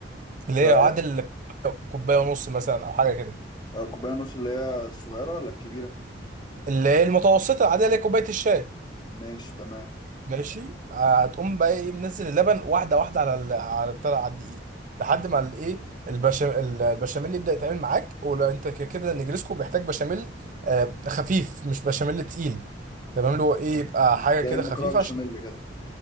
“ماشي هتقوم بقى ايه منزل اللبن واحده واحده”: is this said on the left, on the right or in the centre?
Right